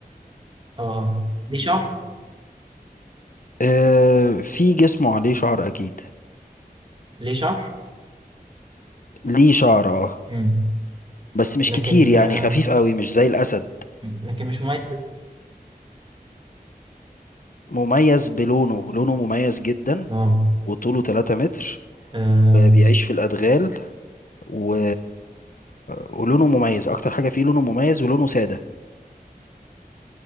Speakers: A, on the right; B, on the left.
A: اه ليه شعر؟
B: آه في جسمه عليه شعر اكيد
A: ليه شعر؟
B: ليه شعر اه
A: امم
B: بس مش
A: لكن
B: كتير يعني
A: آه
B: خفيف قوي مش زي الاسد
A: لكن مش مميز
B: مميز بلونه لونه مميز جدا
A: اه
B: وطوله 3 متر
A: آه،
B: آه، بيعيش في الادغال و... ولونه مميز اكتر حاجة فيه لونه مميز ولونه سادة